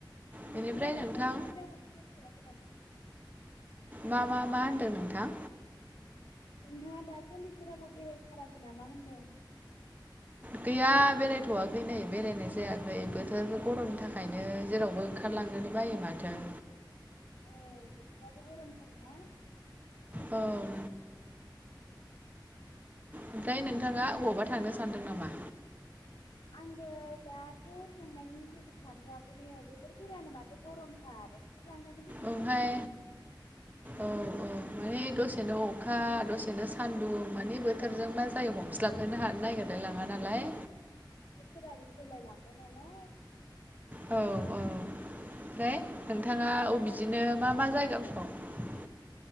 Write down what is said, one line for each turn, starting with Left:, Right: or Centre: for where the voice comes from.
Right: बेनिफ्राय
Left: नोंथाङा दासानदि
Right: नोंथां
Left: जेरावबो बेरायफेराखैनामा?
Right: मा मा मा होनदों नोंथां?
Left: नोंथां दासानदि जेरावबो बेराय थाराख नामा होनदों।
Right: गैया बेरायथ'वाखै नै बेरायनाय जायाखै बोथोर गरमनि थाखायनो जेरावबो ओंखारलांनोनो बायो माथो।
Left: औ बोथोराबो गरमथारनाय
Right: ओं ओमफ्राय नोंथाङा ओबावबा थांनो सानदों नामा।
Left: आङो दाथ' थांनायनि जेबो सानथ'आाखैनो बोथोरफोरानो माथो गरमथार लांनानै
Right: ओं हाय औ औ माने दसेनो अखा दसेनो सान्दुं माने बे बोथोरजों
Left: औ
Right: मा जायो हमस्लाफोरो हानो नागिरलाय लाङा नालाय।
Left: बोथोर फोराबो सोलाय लांबाय नालाय।
Right: औ औ ओमफ्राय
Left: औ
Right: नोंथाङा
Left: एसे
Right: अ बिदिनो मा मा जायगा फोराव